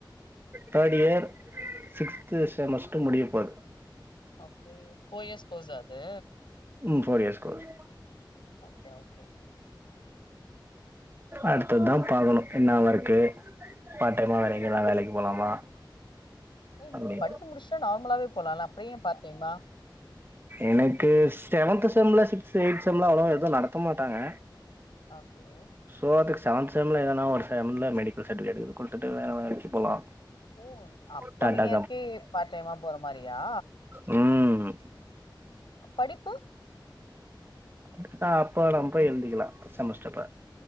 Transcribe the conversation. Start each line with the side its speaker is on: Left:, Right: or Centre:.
Right: தேர்ட் இயர் சிக்ஸ்த்
Left: ம்
Right: செமஸ்டர் முடியப்போது
Left: ஓகே ஃபோர் இயர்ஸ் கோர்ஸா அது
Right: ம் four years course
Left: okay okay
Right: அடுத்ததுதா பாக்கணு என்னா ஒர்க்கு பார்ட் டைமா வேறெங்கயாதா வேலைக்கு போலாமா
Left: நீ
Right: அப்டின்னு
Left: படிச்சு முடிச்சுட்டா நார்மலாவே போலால்ல அப்ற ஏ பார்ட் டைம்மா
Right: எனக்கு செவன்த் செம்ல சிக்ஸ்த் எய்ட் செம்ல அவ்ளோவா எதுவு நடத்த மாட்டாங்க
Left: ஓகே
Right: சோ அதுக்கு செவன்த் செம்ல எதனா ஒரு செம்ல மெடிக்கல் சர்டிஃபிகேட் கீது குடுத்துட்டு வேற வேலக்கி போலா
Left: ஓ அப்கமிங்
Right: டாடா
Left: இயருக்கே பார்ட் டைமா போறமாரி யா
Right: உம்
Left: படிப்பு
Right: அதான் அப்பறம் பேய் எழுதிக்கலாம் செமஸ்ட்ர் அப்ப